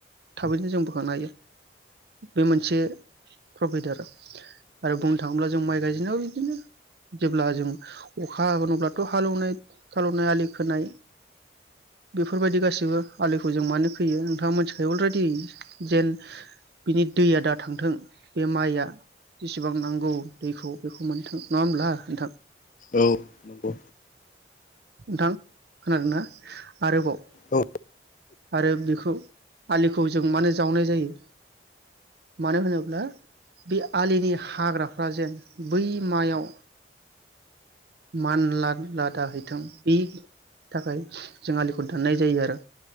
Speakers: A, on the right; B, on the left.
A: थाबैनो जों बोखांनो हायो बे मोनसे प्रफिद आरो आरो बुंनो थाङोब्ला जों माइ गायजेननायाव बिदिनो जेब्ला जों अखा हागोन अब्लाथ' हालौनाय थालौनाय आलि खोनाय बेफोरबायदि गासैबो आलिखौ जों मानो खोयो नोंथाङा मोनथिखायो अलरेडि जेन बिनि दैया दा थांथों बे माइआ जेसेबां नांगौ दैखौ बेखौ मोनथों। नङा होमब्ला नोंथां?
B: औ नंगौ
A: नोंथां खोनादों ना? आरोबाव
B: औ
A: आरो बेखौ आलिखौ जों मानो जावनाय जायो मानो होनोब्ला बे आलिनि हाग्राफ्रा जेन बै मायाव मानलादलादाहै थों बे थाखाय जों आलिखौ दाननाय जायो आरो